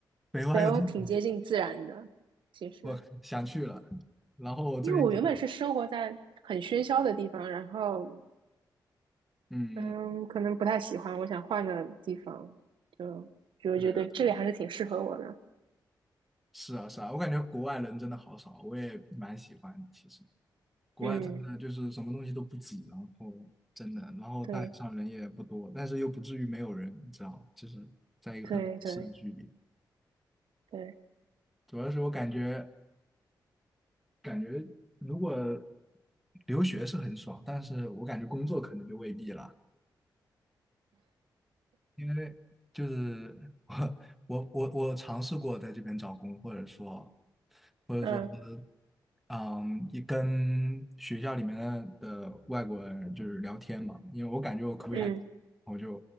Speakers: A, in the centre; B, on the right (about 85°).
A: 北欧还有这种，
B: 北欧挺接近自然的，其实
A: 我想去了。然后我最近觉得，
B: 因为我原本是生活在很喧嚣的地方，然后
A: 嗯，
B: 嗯，可能不太喜欢，我想换个地方，就就我觉得这里还是挺适合我的。
A: 对的对的，是啊是啊，我感觉国外人真的好少，我也蛮喜欢的其实。国外真的就是什么东西都不挤，
B: 嗯，
A: 然后真的，然后大街上人也不多，
B: 对
A: 但是又不至于没有人，你知道吗，就是在一个很合适的距离。
B: 对对对，
A: 主要是我感觉，感觉如果留学是很爽，但是我感觉工作可能就未必了，因为就是我我我我尝试过在这边找工，或者说。或者说。
B: 嗯
A: 嗯，也跟学校里面的的外国人就是聊天嘛，因为我感觉我口语还行我就
B: 嗯